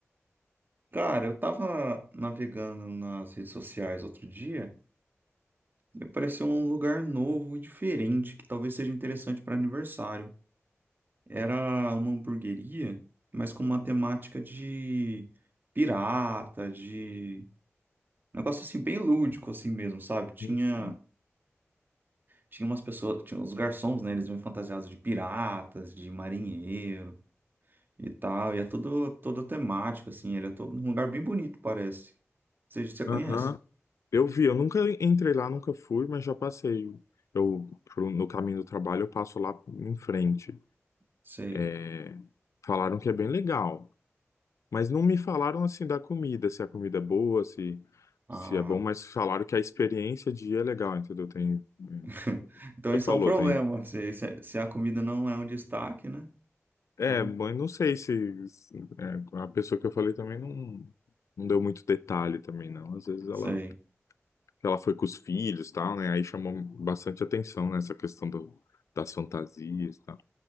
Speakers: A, on the right; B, on the left.
A: Cara, eu tava navegando nas redes sociais outro dia e apareceu um lugar novo e diferente que talvez seja interessante para aniversário. Era uma hamburgueria, mas com uma temática de pirata, de negócio assim bem lúdico assim mesmo, sabe? Tinha
B: Hum.
A: tinha umas pessoas, tinha os garçons, né? Eles vinham fantasiados de piratas, de marinheiro. e tal. E é todo, todo temático, assim. Ele é todo um lugar bem bonito, parece. Você, você conhece?
B: Aham. Eu vi, eu nunca entrei lá, nunca fui, mas já passei. Eu, pro- no caminho do trabalho, eu passo lá em frente.
A: Sei.
B: É, Falaram que é bem legal. Mas não me falaram assim da comida, se a comida é boa, se,
A: Ah,
B: se é bom, mas falaram que a experiência de ir é legal, entendeu? Tem, é,
A: <laughs> então isso
B: você falou,
A: é um problema.
B: tem.
A: Se, se, se a comida não é um destaque, né?
B: É,
A: Então,
B: mas não sei se se- é, a pessoa que eu falei também não, não deu muito detalhe também, não. Às vezes ela,
A: sei.
B: ela foi com os filhos, e tal, né? Aí chamou bastante atenção, né, essa questão do, das fantasias, e tal.